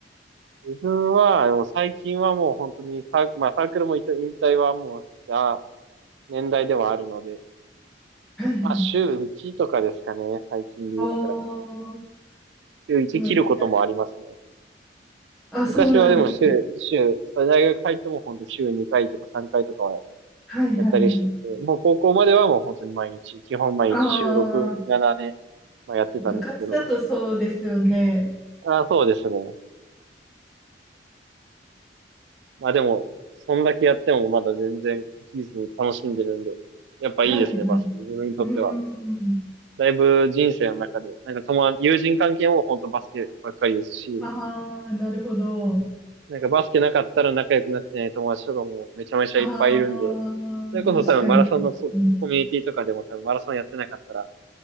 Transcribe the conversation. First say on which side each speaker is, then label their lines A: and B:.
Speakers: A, on the right; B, in the centre.
A: 自分は、でも最近はもう本当にサー、まあサークルも一応引退はもうした年代ではあるので、
B: はいはい。
A: まあ週1とかですかね、最近で言ったら。
B: おー、
A: 週1切ることもありますね。
B: でもなんか、あ、
A: 昔はでも週、
B: そうなんです。
A: 週、大学入っても本当週2回とか3回とかは
B: はいはいはい。
A: やったりしてて、もう高校まではもう本当に毎日、基本毎日週6、
B: ああ、
A: 7で、まあ、やってたんですけど、
B: 部活だとそうですよね。
A: あー、そうですね。まあでも、そんだけやってもまだ全然飽きずに楽しんでるんで、やっぱいいですね、
B: はいはい。
A: バスケ。自分にとっては。
B: うん。
A: だいぶ人生の中で、なんか友達、友人関係も本当バスケばっかりですし、
B: ああ、なるほど。
A: なんかバスケなかったら仲良くなってない友達とかもめちゃめちゃいっぱいいるんで、
B: あ
A: それこそ多分マラソンのそうコミュニティとかでも多分マラソンやってなかったら、
B: あ、確かに。うん